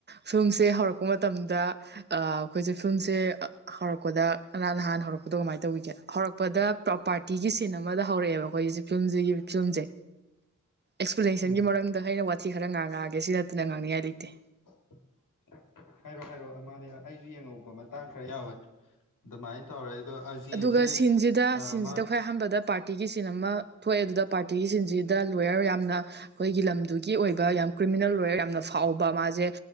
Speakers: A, on the right; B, on the left.
A: ꯐꯤꯂꯝꯁꯦ ꯍꯧꯔꯛꯄ ꯃꯇꯝꯗ ꯑꯩꯈꯣꯏꯁꯦ ꯐꯤꯂꯝꯁꯦ ꯍꯧꯔꯛ ꯍꯧꯔꯛꯄꯗ ꯅ ꯅꯍꯥꯟ ꯍꯧꯔꯛꯄꯗꯣ ꯀꯃꯥꯏꯅ ꯇꯧꯕꯤꯒꯦ ꯍꯧꯔꯛꯄꯗ ꯄꯥꯔꯇꯤꯒꯤ ꯁꯤꯟ ꯑꯃꯗ ꯍꯧꯔꯛꯑꯦꯕ ꯑꯩꯈꯣꯏ ꯐꯤꯂꯝꯁꯤꯒꯤ ꯐꯤꯂꯝꯁꯦ ꯑꯦꯛꯁꯄ꯭ꯂꯦꯅꯦꯁꯟꯒꯤ
B: ꯎꯝ
A: ꯃꯔꯝꯗ ꯑꯩꯅ ꯋꯥꯊꯤ ꯈꯔ ꯉꯥꯡꯉꯛꯑꯒꯦ ꯁꯤ ꯅꯠꯇꯅ ꯉꯥꯡꯅꯤꯡꯉꯥꯏ ꯂꯩꯇꯦ
B: <unintelligible> ꯍꯥꯏꯔꯣ ꯍꯥꯏꯔꯣ ꯃꯥꯅꯦ ꯑꯩꯁꯨ ꯌꯦꯡꯉꯍꯧꯕ ꯃꯇꯥꯡ ꯈꯔ ꯌꯥꯎꯋꯦ ꯑꯗꯨꯃꯥꯏꯅ ꯇꯧꯔꯦ ꯑꯗꯣ ꯑꯖꯤꯁꯦ
A: ꯑꯗꯨꯒ ꯁꯤꯟꯁꯤꯗ ꯁꯤꯟꯁꯤꯗ
B: ꯃꯥꯅ
A: ꯈ꯭ꯋꯥꯏ ꯑꯍꯥꯟꯕꯗ ꯄꯥꯔꯤ ꯄꯥꯔꯇꯤꯒꯤ ꯁꯤꯟ ꯑꯃ ꯊꯣꯛꯑꯦ ꯑꯗꯨꯗ ꯄꯥꯔꯇꯤꯒꯤ ꯁꯤꯟꯁꯤꯗ ꯂꯣꯌꯔ ꯌꯥꯝꯅ ꯑꯩꯈꯣꯏꯒꯤ ꯂꯝꯗꯨꯒꯤ ꯑꯣꯏꯕ ꯌꯥꯝ ꯀ꯭ꯔꯤꯃꯤꯅꯦꯜ ꯂꯣꯣꯌꯔ ꯌꯥꯝꯅ ꯐꯥꯎꯕ ꯃꯥꯁꯦ